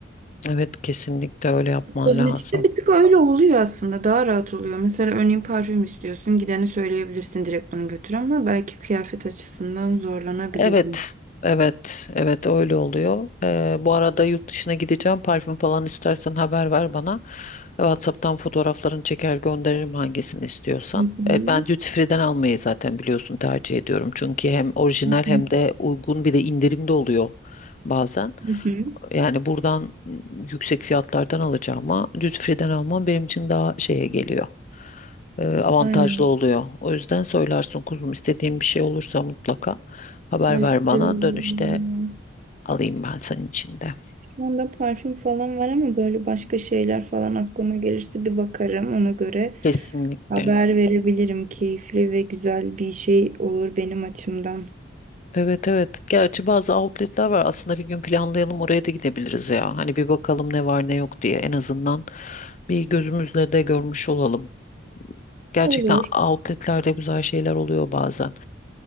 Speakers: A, on the left; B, on the right.
A: Evet kesinlikle öyle yapman
B: Kozmetikte
A: lazım.
B: bir tık öyle oluyor aslında. Daha rahat oluyor. Mesela örneğin parfüm istiyorsun. Gideni söyleyebilirsin direkt bunu götür ama belki kıyafet açısından zorlanabilirim.
A: Evet, evet, evet öyle oluyor. Ee, bu arada yurt dışına gideceğim. Parfüm falan istersen haber ver bana. WhatsApp'tan fotoğraflarını çeker gönderirim hangisini istiyorsan.
B: Hı hı.
A: Ee, ben duty free'den almayı zaten biliyorsun tercih ediyorum. Çünkü hem orijinal
B: Hı
A: hem
B: hı.
A: de uygun bir de indirimde oluyor bazen.
B: Hı hı.
A: Yani buradan yüksek fiyatlardan alacağıma duty free'den almam benim için daha şeye geliyor e, avantajlı
B: Aynen.
A: oluyor. O yüzden söylersin kuzum istediğin bir şey olursa mutlaka haber
B: Ay
A: ver
B: süper
A: bana.
B: olur.
A: Dönüşte alayım ben senin için de.
B: Şu anda parfüm falan var ama böyle başka şeyler falan aklıma gelirse bir bakarım. Ona göre
A: Kesinlikle.
B: haber verebilirim. Keyifli ve güzel bir şey olur benim açımdan.
A: Evet evet. Gerçi bazı outletler var. Aslında bir gün planlayalım oraya da gidebiliriz ya. Hani bir bakalım ne var ne yok diye. En azından bir gözümüzle de görmüş olalım. Gerçekten
B: Olur.
A: outletlerde güzel şeyler oluyor bazen.